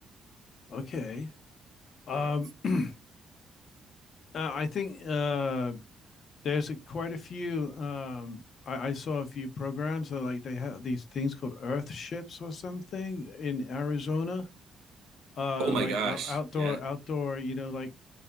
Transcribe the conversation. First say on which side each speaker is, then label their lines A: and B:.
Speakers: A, on the left; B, on the right.
A: Okay. Um,
B: yeah
A: <clears throat> uh, I think uh there's a, quite a few. Um, I, I saw a few programs where like they have these things called Earth ships or something in Arizona. Uh,
B: oh my
A: like
B: gosh
A: out, outdoor,
B: yeah
A: outdoor. You know, like